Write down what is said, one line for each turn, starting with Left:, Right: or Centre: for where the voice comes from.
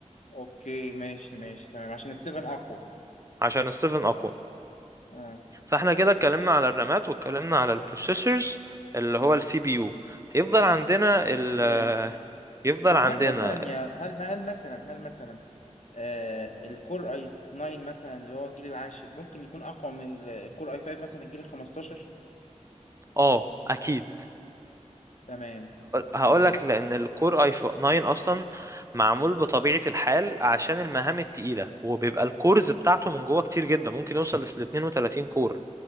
Left: اوكي ماشي ماشي تمام عشان السيفن اقوى
Right: عشان ال 7 اقوى
Left: اه
Right: فاحنا كده اتكلمنا على الرامات واتكلمنا على البروسيسورز اللي هو السي بي يو هيفضل عندنا ال
Left: تمام
Right: يفضل
Left: بس
Right: عندنا
Left: هل مثلا يا هل هل مثلا هل مثلا آه الكور اي 9 مثلا اللي هو الجيل العاشر ممكن يكون اقوى من الكور اي 5 مثلا الجيل ال 15
Right: اه اكيد
Left: تمام
Right: هقول
Left: تمام
Right: لك لان الكور اي 9 اصلا معمول بطبيعه الحال عشان المهام التقيله وبيبقى الكورز بتاعته من جوه كتير جدا ممكن يوصل ل 32 كور